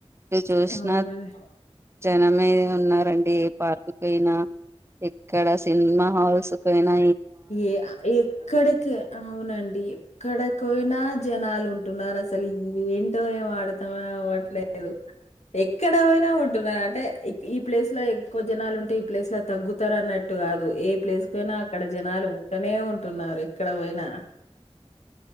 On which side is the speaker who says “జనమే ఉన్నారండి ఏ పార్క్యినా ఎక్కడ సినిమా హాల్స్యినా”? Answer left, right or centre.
Right